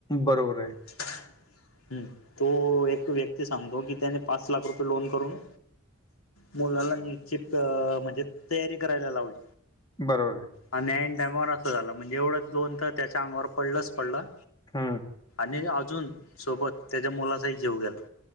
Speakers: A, on the left (about 20°); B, on the left (about 75°).
A: बरोबरे.
B: <inaudible> हम्म, तो एक व्यक्ती सांगतो की, त्याने पाच लाख रुपये लोन करून मुलाला निश्चित अ म्हणजे तयारी करायला लावली
A: बरोबर आहे
B: आणि आयन टायमावर असं झालं म्हणजे एवढंच दोन तर त्याच्या अंगावर पडलंच पडलं
A: हा
B: आणि अजून सोबत त्याच्या मुलाचाही जीव गेला